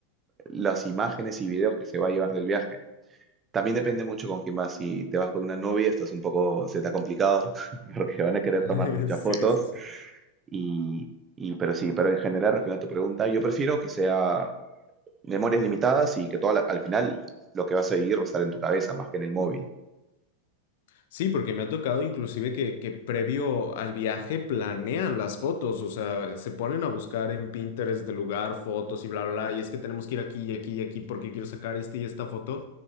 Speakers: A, on the right; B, on the left.
A: las imágenes y videos que se va a llevar del viaje. También depende mucho con quién vas. Si te vas con una novia, esto es un poco, se te ha complicado <laughs> porque van a querer
B: <laughs>
A: tomar muchas
B: Sí,
A: fotos.
B: sí, sí.
A: Y, y- pero sí, pero en general, respondiendo a tu pregunta, yo prefiero que sea memorias limitadas y que todo al final lo que vas a vivir va a estar en tu cabeza más que en el móvil.
B: Sí, porque me ha tocado inclusive que, que previo al viaje planean las fotos, o sea, se ponen a buscar en Pinterest del lugar fotos y bla, bla, bla, y es que tenemos que ir aquí y aquí y aquí porque quiero sacar este y esta foto.